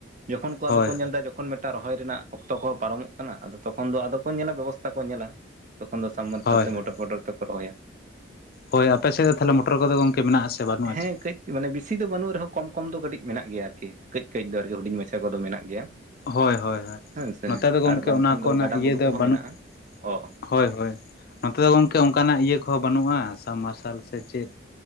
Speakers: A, on the right; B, on the left.
A: ᱡᱚᱠᱷᱚᱱ ᱠᱚ
B: ᱦᱳᱭ
A: ᱟᱫᱚ ᱠᱚ ᱧᱮᱞ ᱮᱫᱟ ᱡᱚᱠᱷᱚᱱ ᱮᱴᱟᱜ ᱨᱚᱦᱚᱭ ᱨᱮᱱᱟᱜ ᱚᱠᱛᱚ ᱠᱚᱦᱚᱸ ᱯᱟᱨᱚᱢᱚᱜ ᱠᱟᱱᱟ ᱟᱫᱚ ᱛᱚᱠᱷᱚᱱ ᱫᱚ ᱟᱫᱚ ᱠᱚ ᱧᱮᱞᱟ ᱵᱮᱵᱚᱥᱛᱷᱟ ᱠᱚ ᱧᱮᱞᱟ ᱛᱚᱠᱷᱚᱱ ᱫᱚᱱᱥᱟᱵᱢᱟ
B: ᱦᱳᱭ
A: ᱥᱮ ᱢᱚᱴᱚᱨ
B: ᱦᱳᱭ
A: ᱯᱚᱴᱚᱨ ᱛᱮᱠᱚ ᱨᱚᱦᱚᱭᱟ
B: ᱦᱳᱭ ᱟᱯᱮ ᱥᱮᱫ ᱫᱚ ᱛᱟᱦᱚᱞᱮ ᱢᱚᱴᱚᱨ ᱠᱚᱫᱚ ᱜᱚᱢᱠᱮ ᱢᱮᱱᱟᱜᱼᱟᱥᱮ ᱵᱟᱹᱱᱩᱜᱼᱟ
A: ᱦᱮᱸ
B: ᱪᱮ
A: ᱠᱟᱹᱡ ᱢᱟᱱᱮ ᱵᱮᱥᱤ ᱫᱚ ᱵᱟᱹᱱᱩᱜ ᱨᱮᱦᱚᱸ ᱠᱚᱢ ᱠᱚᱢ ᱫᱚ ᱠᱟᱹᱴᱤᱡ ᱢᱮᱱᱟᱜ ᱜᱮᱭᱟ ᱟᱨᱠᱤ ᱠᱟᱺᱡ ᱠᱟᱺᱡ ᱫᱚ ᱟᱨᱠᱡ ᱦᱩᱰᱤᱧ ᱢᱟᱪᱷᱟ ᱠᱚᱫᱚ ᱢᱮᱱᱟᱜ ᱜᱮᱭᱟ
B: ᱦᱳᱭ ᱦᱳᱭ ᱦᱳᱭ
A: ᱦᱮᱸ ᱥᱮ
B: ᱱᱚᱛᱮ ᱫᱚ
A: ᱟᱨ
B: ᱜᱚᱝᱠᱮ
A: ᱵᱟᱝᱠᱷᱟᱱ
B: ᱚᱱᱟ ᱠᱚᱨᱮᱱᱟᱜ
A: ᱫᱚ ᱜᱟᱰᱟᱼᱢᱩᱰᱩ
B: ᱤᱭᱟᱹ ᱫᱚ
A: ᱠᱚᱦᱚᱸ
B: ᱵᱟᱹᱱᱩᱜ
A: ᱢᱮᱱᱟᱜᱼᱟ ᱚ
B: ᱦᱳᱭ ᱦᱳᱭ ᱱᱚᱛᱮ ᱫᱚ ᱜᱚᱝᱠᱮ ᱚᱱᱠᱟᱱᱟᱜ ᱤᱭᱟᱹ ᱠᱚᱦᱚᱸ ᱵᱟᱹᱱᱩᱜᱼᱟ ᱥᱟᱵᱽ ᱢᱟᱨᱥᱟᱞ ᱥᱮ ᱪᱮᱫ